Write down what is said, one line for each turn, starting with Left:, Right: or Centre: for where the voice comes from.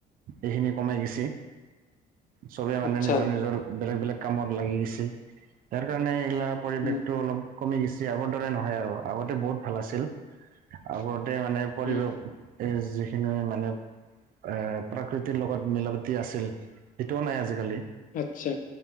Right: এইখিনি কমাই গৈছে চবে মানে
Left: আচ্ছা
Right: নিজৰ নিজৰ বেলেগ বেলেগ কামত লাগি গৈছে তাৰ কাৰণে এইগিলা পৰিৱেশটো
Left: উম
Right: অলপ কমি গৈছে আগৰ দৰে নহয় আৰু আগতে বহুত ভাল আছিল আগতে মানে পৰিৱেশ
Left: উম
Right: এ যিখিনি মানে এ প্ৰাকৃতিৰ লগত মিলাপ্ৰীতি আছিল সেইটোও নাই আজিকালি
Left: আচ্ছা